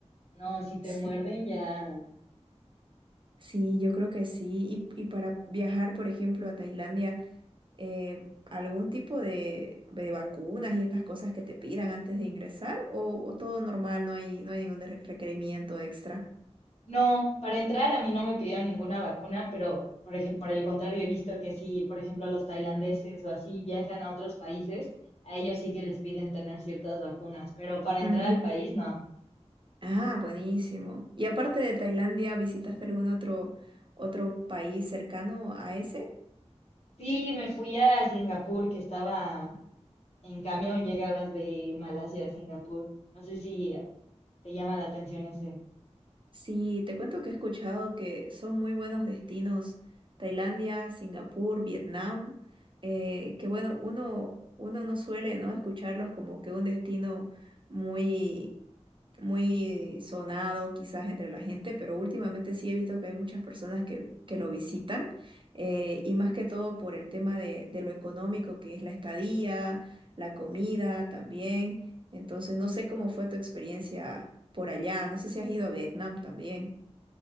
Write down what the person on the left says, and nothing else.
no, si te
muerden ya...
No, para entrar a mí no me pidieron ninguna vacuna, pero por ejemplo, por el contrario, he visto que si, por ejemplo, los tailandeses o así viajan a otros países, a ellos sí que les piden tener ciertas vacunas, pero para entrar
al país no.
Sí, me fui a Singapur, que estaba en camión, llegabas de Malasia a Singapur. No sé si te llama la atención ese.